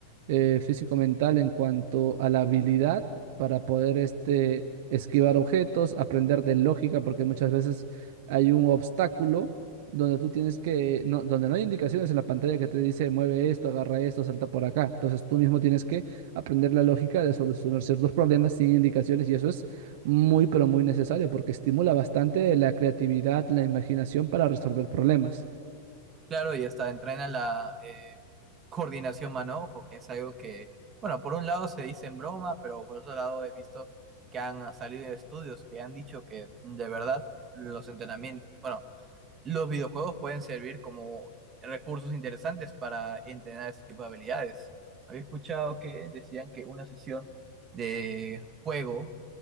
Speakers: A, on the right; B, on the right.
A: eh, físico-mental en cuanto a la habilidad para poder este, esquivar objetos, aprender de lógica, porque muchas veces hay un obstáculo donde tú tienes que, no, donde no hay indicaciones en la pantalla que te dice mueve esto, agarra esto, salta por acá. Entonces tú mismo tienes que aprender la lógica de solucionar ciertos problemas sin indicaciones y eso es muy, pero muy necesario porque estimula bastante la creatividad, la imaginación para resolver problemas.
B: Claro, y hasta entrena la eh, coordinación mano-ojo, que es algo que, bueno, por un lado se dice en broma, pero por otro lado he visto que han ah, salido estudios que han dicho que mm, de verdad los entrenamientos, bueno, los videojuegos pueden servir como recursos interesantes para entrenar ese tipo de habilidades. Había escuchado que decían que una sesión de juego